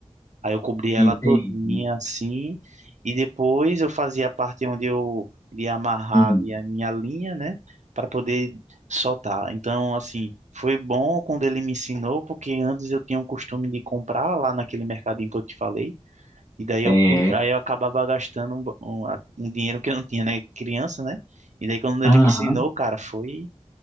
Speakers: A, on the right; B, on the left.
A: Aí eu cobria
B: Entendi.
A: ela todinha assim, e depois eu fazia a parte onde eu iria amarrar
B: Hum,
A: ali a minha linha, né, para poder soltar. Então, assim, foi bom quando ele me ensinou, porque antes eu tinha o costume de comprar lá naquele mercadinho que eu te falei, e daí eu,
B: É,
A: cu- aí eu acabava gastando um, ba- um, a- um dinheiro que eu não tinha, né, criança, né? E daí quando
B: aham,
A: ele me ensinou, cara, foi